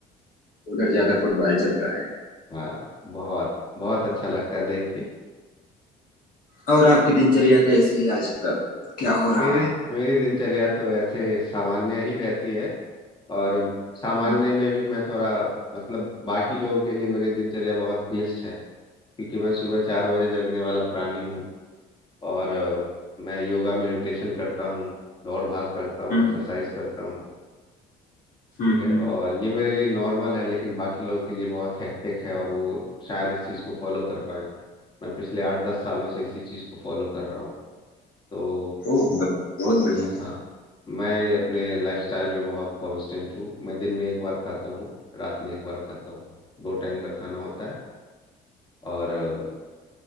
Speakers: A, on the left; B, on the left.
A: उधर ज्यादा फुटबॉल चलता है
B: हाँ बहुत बहुत अच्छा लगता है देख के
A: और आपकी दिनचर्या कैसी है आजकल क्या हो रहा
B: मेरी
A: है
B: मेरी दिनचर्या तो ऐसे सामान्य ही रहती है और सामान्य
A: हम्म
B: में भी मैं थोड़ा मतलब बाकी लोगों के लिए मेरी दिनचर्या बहुत क्लिष्ट है क्योंकि मैं सुबह चार बजे जगने वाला प्राणी हूँ और अ, मैं योगा मेडिटेशन करता हूँ दौड़ भाग करता हूँ
A: हम्म
B: एक्सरसाइज करता हूँ
A: हम्म
B: ठीक है
A: हम्म।
B: और ये मेरे लिए नॉर्मल है लेकिन बाकी लोगों के लिए बहुत हेक्टिक है और वो शायद इस चीज़ को फॉलो कर पाए मैं पिछले आठ दस सालों से इसी चीज़ को फॉलो कर रहा हूँ तो
A: ओह ब- बहुत बढ़िया
B: हाँ मैं अपने लाइफस्टाइल में बहुत कांस्टेंट हूँ मैं दिन में एक बार खाता हूँ रात में एक बार खाता हूँ दो टाइम का खाना होता है और अ,